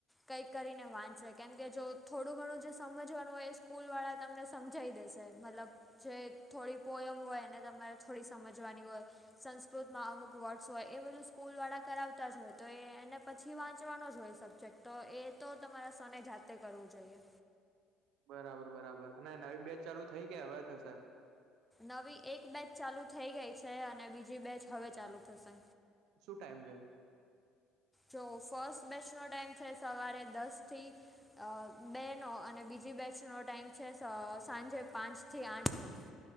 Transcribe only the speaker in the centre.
કંઈક કરીને વાંચશે કેમ કે જો થોડું ઘણું જે સમજવાનું હોય એ સ્કૂલ વાળા તમને સમજાવ દેશે મતલબ જે થોડી પોયમ હોય એને તમારે થોડી સમજવાની હોય. સંસ્કૃતમાં અમુક વર્ડસ હોય એ બધું સ્કૂલ વાળા કરાવતા જ હોય તો એ એને પછી વાંચવાનો જ હોય શબ જેક્ટ તો એ તો તમારા સને જાતે કરવું જોઈએ.
નવી એક બેચ ચાલુ થઈ ગઈ છે અને બીજી બેચ હવે ચાલુ થશે.
જો ફર્સ્ટ બેચનો ટાઈમ છે સવારે દસ થી અહ બે નો અને બીજી બેચનો ટાઈઇમ છે સ સાંજે પાંચથી આઠનો.